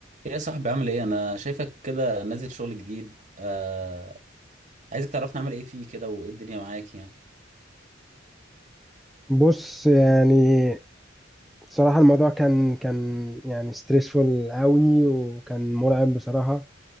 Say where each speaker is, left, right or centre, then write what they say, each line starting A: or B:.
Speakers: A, on the right; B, in the centre.
A: ايه يا صاحبي عامل ايه انا شايفك كده نازل شغل جديد آه... عايزك تعرفنا عامل ايه فيه كده وايه الدنيا معاك يعني
B: بص يعني بصراحة الموضوع كان كان يعني ستريسفول قوي وكان مرعب بصراحة